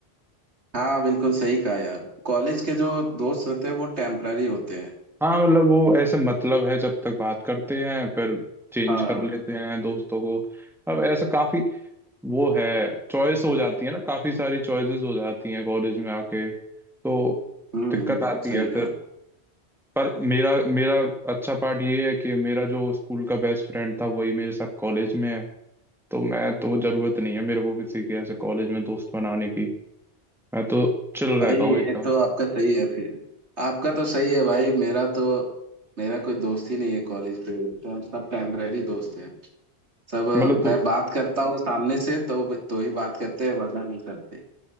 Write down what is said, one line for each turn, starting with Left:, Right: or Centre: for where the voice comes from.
Right: हाँ बिल्कुल सही कहा यार कॉलेज के जो दोस्त होते हैं वो टेम्पररी होते हैं
Centre: हाँ मतलब वो ऐसे मतलब है जब तक बात करते हैं फिर चेंज
Right: हाँ
Centre: कर लेते हैं दोस्तों को अब ऐसा काफी वो है चॉइस हो जाती है ना काफी सारी चॉइसेस हो जाती हैं कॉलेज में आके तो
Right: हम्म
Centre: दिक्कत
Right: हम्म,
Centre: आती
Right: सही
Centre: है फिर
Right: कहा
Centre: पर मेरा मेरा अच्छा पार्ट ये है कि मेरा जो स्कूल का बेस्ट फ्रेंड था वही मेरे साथ कॉलेज में है तो मैं तो जरूरत नहीं है मेरे को किसी के ऐसे कॉलेज में दोस्त बनाने की मैं तो चिल रहता
Right: भाई
Centre: हूँ
Right: ये
Centre: एकदम
Right: तो आपका सही है फिर आपका तो सही है भाई मेरा तो मेरा कोई दोस्त ही नहीं है कॉलेज पे हम सब टेम्पररी दोस्त हैं सब
Centre: मतलब तो
Right: मैं बात करता हूँ सामने से तो तो ही बात करते हैं वरना नहीं करते